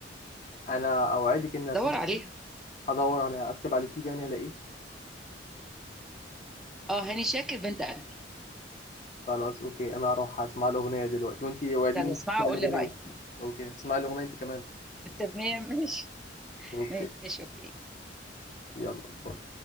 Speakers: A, on the left; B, in the centre.
A: انا اوعدك اني
B: دور
A: اسمعها
B: عليها
A: هدور عليها اكتب على اليوتيوب يعني هلاقيه
B: اه هاني شاكر بنت قلبي
A: خلاص اوكي انا هروح اسمع الاغنيه دلوقتي وانتي وعديني
B: يلا
A: تسمعي
B: اسمعها وقول
A: الاغنيه
B: لي رايك
A: اوكي هتسمعي الاغنيه انت كمان
B: تمام <laughs> ماشي
A: اوكي
B: ماشي اوكي
A: يلا باي